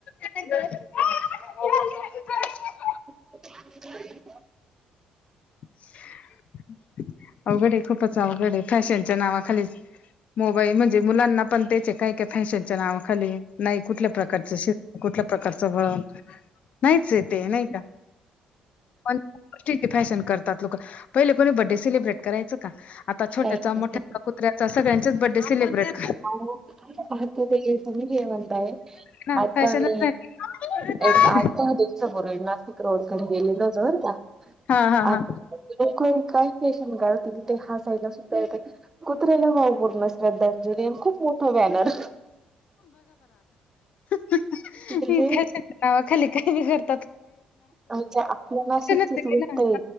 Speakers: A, on the left; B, on the right.
A: <unintelligible>
B: <unintelligible>
A: <unintelligible> अवघडय खूपच अवघडय, फॅशनच्या नावाखालीच मोबाईल म्हणजे मुलांना पण त्याचे काय काय फॅशनच्या नावा खाली, नाही कुठल्या प्रकारच श कुठल्या प्रकारचं वळण, नाहीचय ते नाही का पण ठीक फॅशन करतात लोक. पहिले कोणी बर्थडे सेलिब्रेट करायचं का? आता छोट्याचा,
B: काही
A: मोठ्याचा
B: नसते
A: कुत्र्याचा सगळ्यांचच बड्डे सेलिब्रिटी
B: आहों भारती ताई तुम्ही जे म्हणताय,
A: ना
B: आता
A: फॅशनच
B: मी
A: झाली फॅशनच झाली.
B: एक आठ दहा दिवसापूर्वी नाशिक रोड कडे गेलेलो होतो बर का
A: हा हा हा
B: आत एक वेळी काय पेशन काढतील ते हासायला सुद्धा येतात. कुत्रेला भाव पूर्ण श्रद्धा जली आणि खूप मोठ बॅनर.
A: म
B: म्हणजे
A: फॅशनच्या नावा खाली काही बी करत्यात.
B: म्हणजे आपल्या नाशिकचीच
A: फॅशनच झाली
B: गोष्ट
A: ना
B: आहे.